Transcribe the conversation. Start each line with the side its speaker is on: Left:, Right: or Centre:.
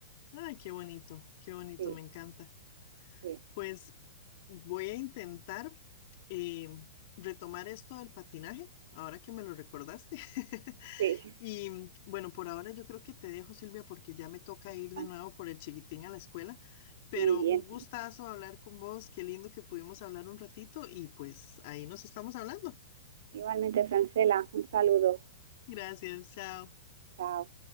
Left: Ay, qué bonito, qué bonito,
Right: Sí,
Left: me encanta.
Right: sí,
Left: Pues voy a intentar eh, retomar esto del patinaje, ahora que me lo recordaste. <laughs>
Right: sí.
Left: Y mm, bueno, por ahora yo creo que te dejo, Silvia, porque ya me toca ir de
Right: <laughs>
Left: nuevo por el chiquitín a la escuela, pero
Right: Muy bien.
Left: un gustazo hablar con vos, qué lindo que pudimos hablar un ratito y pues ahí nos estamos hablando.
Right: Igualmente, Francela, un saludo.
Left: Gracias, chao.
Right: Chao.